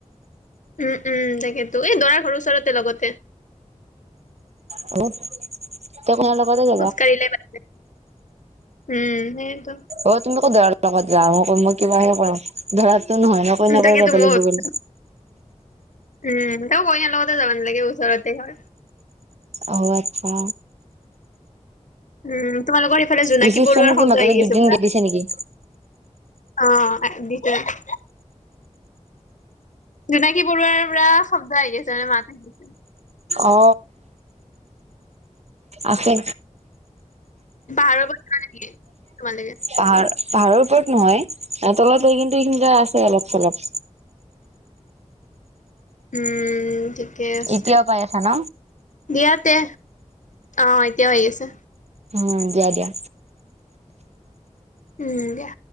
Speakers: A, on the left (about 80°); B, on the right (about 60°).
A: উম উম তাকেতো এই দৰা ঘৰৰ ওচৰতে লগতে।
B: অ তে সিহঁতৰ লগতে গলি
A: খোচকাৰিলে উম সেইটো
B: অ তুমি কো ধৰাৰ লগত যা মই কিবাহে কৰো ধৰাতো নহয় মনেক
A: উম তাকেতো
B: যাব
A: মই
B: লাগিব
A: ভাবি-
B: গ'লে।
A: উম তওঁ কইনা লগতে যাব নালাগে ওচৰতে ঘৰত।
B: অ আচ্ছা।
A: উম তোমালোকৰ ইফালে জোনাকী,
B: ৰিচিপচনো
A: পৰুৱাৰ
B: কি
A: শব্দ
B: মাজতে
A: আহি
B: দুদিন
A: আছে পুৰা।
B: গেপ দিছে নেকি?
A: অ ভিতৰত জোনাকী, পৰুৱাৰ পৰাৰা শব্দ আহি আছে মানে মাত আহি আছে।
B: অ আছে
A: পাহাৰৰ, পৰা যিবা নেকে তোমালোকে
B: পাহাৰ, পাহাৰৰ ওপৰত নহয় তলতে কিন্তু এইখিনি জো আছে অলপ -চলপ
A: উম ঠিকে আছে।
B: এতিয়াও পাই আছা ন?
A: দিয়া তে অ এতিয়াও আহি আছে।
B: উম দিয়া দিয়া।
A: উম দিয়া।